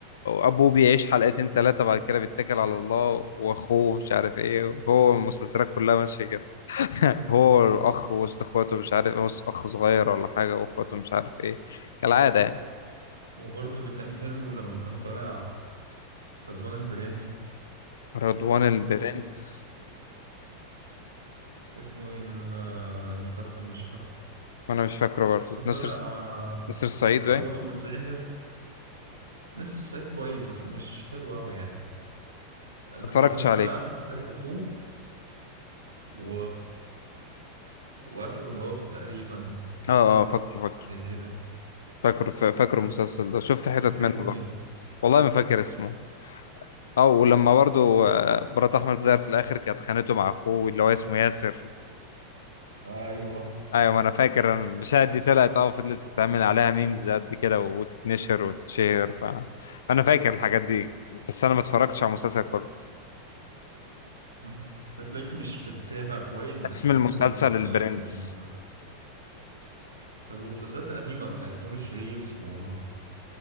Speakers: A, on the left; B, on the right.
A: ابوه بيعيش حلقتين ثلاثة بعد كده بيتكل على الله واخوه مش عارف ايه هو المسلسلات كلها ماشية كده <laughs> هو الاخ وسط اخواته مش عارف هو اخ صغير ولا حاجة واخواته مش عارف ايه كالعادة يعني
B: وبرضه اللي كان حلو لما كان طالع رضوان البرنس
A: رضوان البرنس
B: اسمه إيه اسمه إيه ال- المسلسل مش فاكر
A: وانا مش فاكره برضه
B: كان طلع
A: نصر
B: آه،
A: نصر الصعيد
B: اخوه
A: باين
B: احمد زاهر نسر الصعيد كويس بس مش حلو قوي يعني لما
A: ما اتفرجتش
B: كان
A: عليه
B: طلع احمد زاهر اخوه و... وقتلوا مراته تقريبا
A: اه اه فاكره فاكره
B: زي كده
A: فاكره ف- فاكره المسلسل ده شفت حتت
B: كان
A: منه
B: اسمه
A: برضه
B: ايه
A: والله ما فاكر اسمه اه ولما برضو آه، مرات احمد زاهر في الاخر كانت خانته مع اخوه اللي هو اسمه ياسر
B: ايوه
A: ايوه ما انا فاكر انا المشاهد دي طلعت اه فضلت تتعمل عليها ميمز قد كده وتتنشر وتتشير ف... فانا فاكر الحاجات دي بس انا ما اتفرجتش على المسلسل كله
B: أنت تلاقيك مش بتتابع كويس بس
A: اسم المسلسل
B: ممكن تبقى
A: البرنس
B: شفت المسلسل طب ومسلسلات قديمة بتاعت نور الشريف ومحمود